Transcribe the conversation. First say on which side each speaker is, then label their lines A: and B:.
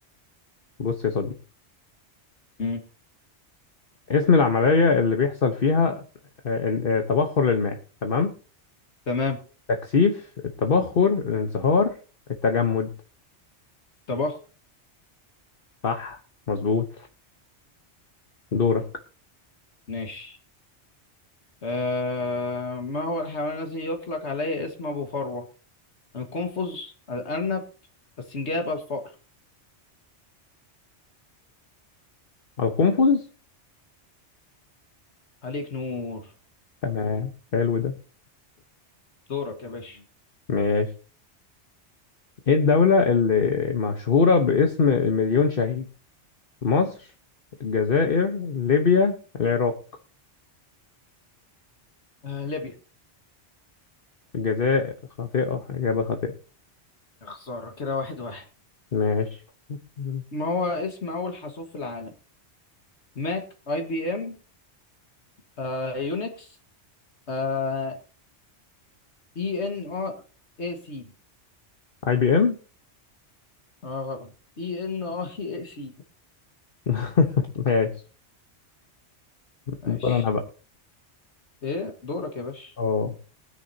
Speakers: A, on the left; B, on the left.
A: بص يا صديقي
B: مم.
A: اسم العملية اللي بيحصل فيها آه، إن- آه، تبخر للماء تمام
B: تمام
A: تكثيف التبخر الانصهار التجمد
B: طبخ
A: صح مظبوط دورك
B: ماشي آه ما هو الحيوان الذي يطلق عليه اسم أبو فروة القنفذ الأرنب السنجاب الفأر
A: القنفذ
B: عليك نور
A: تمام حلو ده
B: دورك يا باشا
A: ماشي ايه الدولة اللي مشهورة باسم المليون شهيد مصر الجزائر ليبيا العراق
B: آه ليبيا
A: الجزائر خاطئة إجابة خاطئة
B: يا خسارة كده واحد واحد
A: ماشي <laughs>
B: ما هو اسم أول حاسوب في العالم ماك أي بي إم آه يونكس آه إي إن آه إي سي
A: اي بي ام
B: آه غلط إي إن آه إي سي
A: <laughs> ماشي
B: ماشي
A: دور انا بقى
B: إيه دورك يا باشا
A: اه